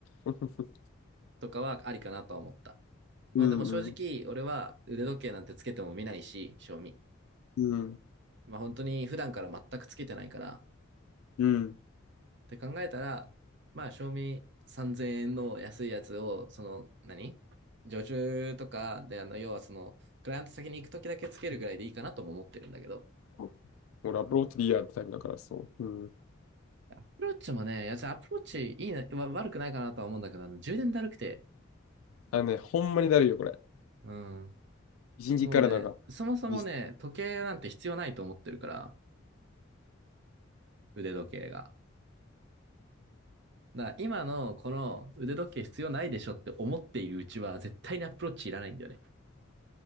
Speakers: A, on the left; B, on the right.
A: な。<laughs>
B: とかはありかなとは思った。まあでも正直、
A: うんうん、
B: 俺は腕時計なんてつけても見ないし、賞味。
A: うん、
B: まあ本当に普段から全くつけてないからっ
A: うん。
B: て考えたら、まあ賞味3000円の安いやつを、その何常駐とかで、あの、要はその、クライアント先に行くときだけつけるぐらいでいいかなとも思ってるんだけど、
A: もうラブローティリアってタイプだから、そう。うん。
B: アプローチもね、いやつアプローチいいな、わ悪くないかなとは思うんだけど、あの充電だるくて、
A: あのね、ほんまにだるいよ、これ。
B: うん。
A: 一日からなんか、
B: もうね、そもそもね、
A: い
B: 時計なんて必要ないと思ってるから、腕時計が。だから今のこの腕時計必要ないでしょって思っているうちは絶対にアプローチいらないんだよね。